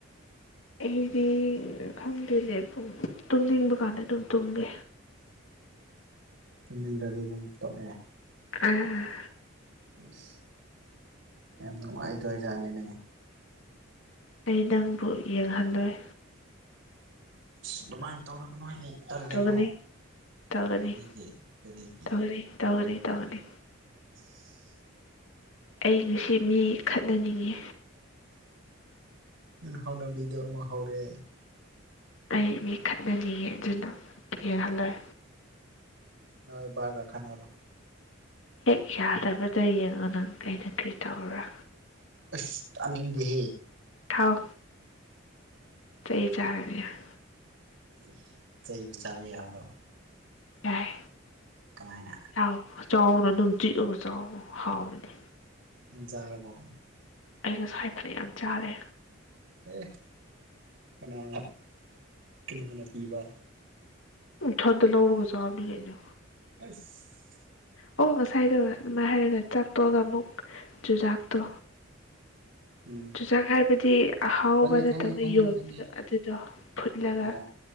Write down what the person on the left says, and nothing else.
ꯑꯩꯗꯤ ꯈꯪꯗꯦꯅꯦ ꯄꯨꯡ ꯇꯨꯝꯅꯤꯡꯕ ꯀꯥꯟꯗ ꯑꯗꯨꯝ ꯇꯨꯝꯃꯦ
ꯎꯝ ꯎꯝ
ꯑꯩ ꯅꯪꯕꯨ ꯌꯦꯡꯍꯟꯗꯣꯏ
ꯇꯧꯒꯅꯤ ꯇꯧꯒꯅꯤ
ꯇꯧꯒꯅꯤ ꯇꯧꯒꯅꯤ ꯇꯧꯒꯅꯤ
ꯑꯩ ꯉꯁꯤ ꯃꯤ ꯈꯠꯅꯅꯤꯡꯉꯤ
ꯑꯩ ꯃꯤ ꯈꯠꯅꯅꯤꯡꯉ ꯑꯗꯨꯅ <unintelligible>
ꯍꯦꯛ ꯌꯥꯗꯕ ꯇꯌꯦꯡꯉ ꯅꯪ <unintelligible> ꯀꯔꯤ ꯇꯧꯕ꯭ꯔꯥ
ꯊꯥꯎ ꯆꯍꯤ ꯆꯥꯔ <unintelligible>
ꯌꯥꯏ
ꯆꯥꯎ ꯆꯥꯎꯅ ꯗꯨꯝ ꯆꯤꯛꯑꯒ ꯆꯥꯎ ꯍꯥꯎꯕꯅꯦ
ꯑꯩꯅꯁꯨ <unintelligible> ꯌꯥꯝ ꯆꯥꯔꯦ
ꯏꯊꯟꯗ ꯂꯥꯎꯔꯒ ꯆꯥꯕꯅꯤ ꯀꯩꯅꯣ
ꯑꯣ ꯉꯁꯥꯏꯗ ꯑꯗꯨꯃꯥꯏꯅ ꯍꯥꯏꯔꯒ ꯆꯥꯛꯇꯣꯛꯑꯒ ꯑꯃꯨꯛ ꯆꯨꯖꯥꯛꯇꯣ
ꯆꯨꯖꯥꯛ ꯍꯥꯏꯕꯗꯤ ꯑꯍꯥꯎꯕ
ꯅꯠꯇꯕꯅ
ꯌꯣꯟꯕꯗ
ꯑꯗꯨꯗꯣ ꯐꯨꯠꯂꯒ